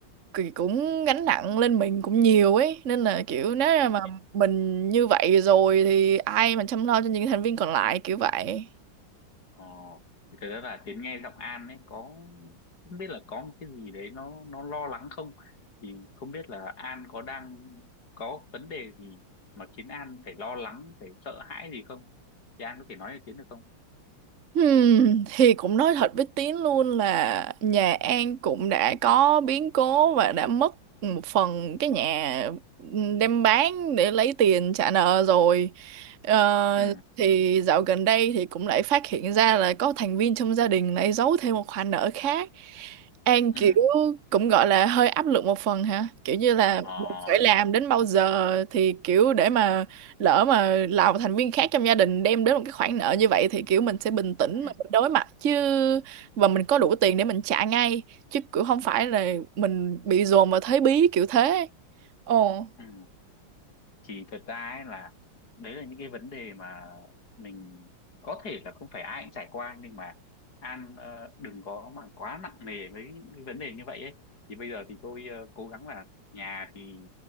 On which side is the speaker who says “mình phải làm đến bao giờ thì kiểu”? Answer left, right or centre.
Right